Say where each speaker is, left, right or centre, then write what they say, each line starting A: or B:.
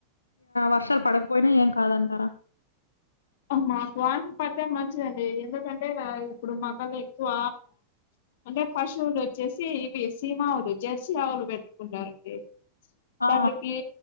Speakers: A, on the left; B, on the left.
A: వర్షాలు పడకపోయినా ఏం కాదంటారా
B: అ మాకు వానలు అ మంచిదండి ఎందుకంటే ఇప్పుడు మా కెళ్ళి ఎక్కువ అంటే పశువులు వచ్చే ఇవి సిమావులు జెర్సీ ఆవులు పెట్టుకుంటారండి
A: ఆ
B: దానికి